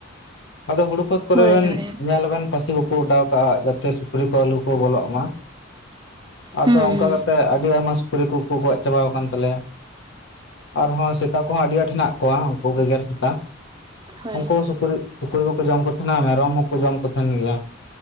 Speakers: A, on the left (about 60°); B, on the right (about 20°).
A: ᱟᱫᱚ ᱦᱩᱲᱩ ᱠᱷᱚᱛ ᱠᱚᱨᱮ
B: ᱦᱳᱭ
A: ᱵᱮᱱ
B: ᱦᱳᱭ᱾
A: ᱧᱮᱞᱵᱮᱱ ᱯᱟᱹᱥᱤ ᱠᱚ ᱠᱚ ᱚᱰᱟᱣ ᱠᱟᱜᱼᱟ ᱡᱟᱛᱮ ᱥᱩᱠᱨᱤ ᱠᱚ ᱟᱞᱚ ᱠᱚ ᱵᱚᱞᱚᱜ ᱢᱟ ᱾ ᱟᱫᱚ
B: ᱦᱩᱸ
A: ᱚᱱᱠᱟ
B: ᱦᱩᱸ᱾
A: ᱠᱟᱛᱮᱜ ᱟᱹᱰᱤ ᱟᱭᱢᱟ ᱥᱩᱠᱨᱤ ᱠᱚᱠᱚ ᱜᱚᱡ ᱪᱟᱵᱟᱣᱟ ᱠᱟᱱ ᱛᱟᱞᱮᱭᱟ ᱟᱨᱦᱚᱸ ᱥᱮᱛᱟ ᱠᱚᱦᱚᱸ ᱟᱹᱰᱤ ᱟᱸᱴ ᱦᱮᱱᱟᱜ ᱠᱚᱣᱟ ᱩᱱᱠᱩ ᱜᱮᱜᱮᱨ ᱥᱮᱛᱟ ᱾
B: ᱦᱳᱭ
A: ᱩᱱᱠᱩ ᱦᱚᱸ ᱥᱩᱠᱨᱤ ᱥᱩᱠᱨᱤ ᱠᱚᱠᱚ ᱡᱚᱢ ᱠᱚ ᱛᱟᱸᱦᱮᱱᱟ ᱢᱮᱨᱚᱢ ᱦᱚᱸᱠᱚ ᱡᱚᱢ ᱠᱚ ᱛᱟᱸᱦᱮᱱ ᱜᱮᱭᱟ ᱾